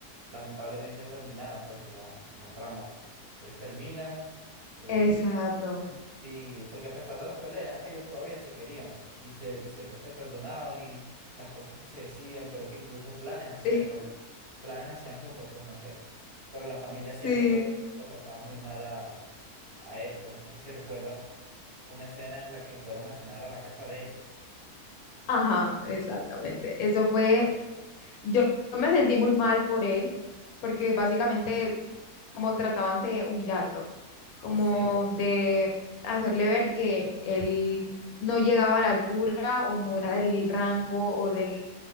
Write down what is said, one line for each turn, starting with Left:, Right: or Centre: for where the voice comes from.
Right: lamentablemente terminaran pues en la, en la trama. Ellos terminan. eh,
Left: Exacto. <laughs>
Right: Sí, porque a pesar de las peleas, ellos todavía se querían y, se, y siempre se perdonaban y las cosas que se decían, creo que incluso planes hacían,
Left: Sí,
Right: ¿no? Planes hacían juntos, pues no sé. Pero la familia
Left: sí.
Right: siempre lo, lo trataba muy mal a, a él, pues no sé si recuerdas una escena en la que fueron a cenar a la casa de ella.
Left: Ajá, exactamente. Eso fue Yo me sentí muy mal por él, porque básicamente
Right: Sí.
Left: como trataban de humillarlo, como
Right: Sí.
Left: de hacerle ver que él no llegaba a la altura o no era del rango o del,